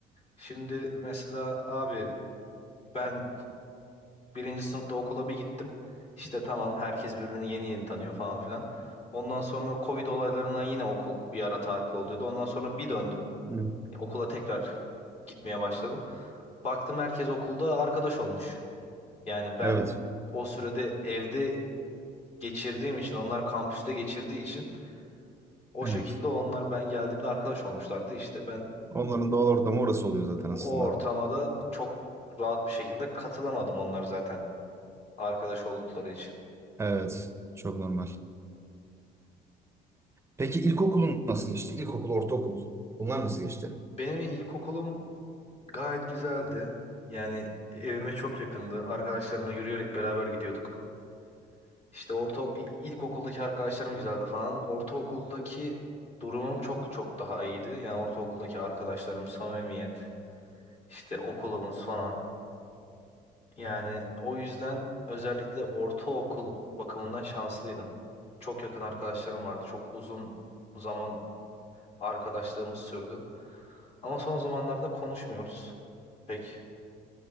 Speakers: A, on the left; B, on the right.
A: Şimdi mesela abi ben birinci sınıfta okula bir gittim. İşte tamam herkes birbirini yeni yeni tanıyor falan filan. Ondan sonra Covid olaylarından yine okul bir ara tatil olduydu. Ondan sonra bir döndüm.
B: Hı.
A: Ya, Okula tekrar gitmeye başladım. Baktım herkes okulda arkadaş olmuş. Yani ben
B: Evet.
A: o sürede evde geçirdiğim için onlar kampüste geçirdiği için o
B: Evet.
A: şekilde onlar ben geldiğimde arkadaş olmuşlardı. İşte ben
B: Onların doğal ortamı orası oluyor zaten aslında.
A: o ortama da çok rahat bir şekilde katılamadım onlar zaten. arkadaş oldukları için.
B: Evet. Çok normal. Peki ilkokulun nasıl geçti? İlkokul, ortaokul bunlar nasıl geçti?
A: Benim ilkokulum gayet güzeldi. Yani evime çok yakındı. Arkadaşlarımla yürüyerek beraber gidiyorduk. İşte orta il- ilkokuldaki arkadaşlarım güzeldi falan. Ortaokuldaki durumum çok çok daha iyiydi. Yani ortaokuldaki arkadaşlarım samimiyet, işte okulumuz falan. Yani o yüzden özellikle ortaokul bakımından şanslıydım. Çok yakın arkadaşlarım vardı. Çok uzun zaman arkadaşlığımız sürdü. Ama son zamanlarda konuşmuyoruz. Pek